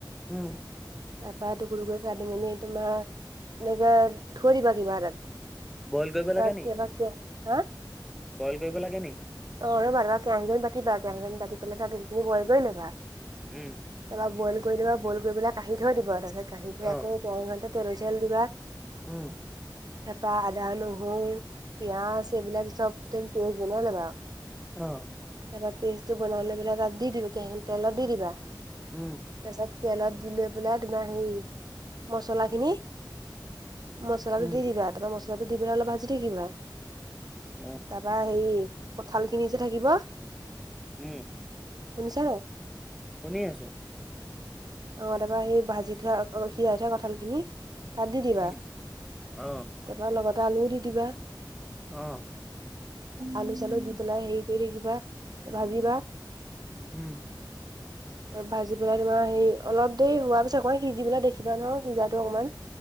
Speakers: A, in the centre; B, on the right.
A: অ',
B: তাপা <unintelligible> কাটি মেলি তোমাৰ এনেকে থৈ দিবা কিবা তাত
A: বইল কৰিব
B: <unintelligible>
A: লাগে নি
B: দিয়া <unintelligible> দিয়া, হা?
A: বইল কৰিব লাগে নি?
B: অ, ৰ'বা <unintelligible> পাতিবা কে <unintelligible> পাতি পেলাই তাত <unintelligible> খিনি বইল কৰি ল'বা।
A: উম।
B: তাৰপা বইল কৰি দিবা বইল কৰি পেলাই কঢ়ি থৈ দিব, তাৰপিছত কঢ়ি থৈ আকৌ
A: অ
B: কৰ <unintelligible> খেতে তেল চেল দিবা।
A: উম।
B: তাপা আদা নহৰু পিয়াজ এইবিলাক চব তুমি পেজ বনাই ল'বা।
A: অ।
B: তাৰপৰা পেজটো বনাই লৈ পেলাই তাত দি দিবা, কেৰালা তেলত দি দিবা।
A: উম।
B: তাৰ পিছত তেলত দি লৈ পেলাই তোমাৰ হেৰি মচলা খিনি মছলাটো
A: উম।
B: দি দিবা তাৰ পৰা মছলাটো দি পেলাই অলপ ভাজি থাকিবা।
A: অ'।
B: তাৰপা হেৰি কঠাল খিনি যে থাকিব।
A: উম।
B: শুনিছা নাই?
A: শুনি আছো।
B: অ', তাৰপৰা সেই ভাজি থোৱা সিজাই থোৱা কঁঠাল খিনি তাত দি দিবা।
A: উম, অ',
B: তাৰপা লগতে আলুও দি দিবা।
A: অ।
B: আলু চালু দি পেলাই হেৰি কৰি থাকিবা, ভাজিবা।
A: উম।
B: তাৰ ভাজি পেলাই তোমাৰ হেৰি অলপ দেৰি হোৱা পিছত অকমান সিজি পেলাই দেখিবা নহয়। সিজাটো অকমান,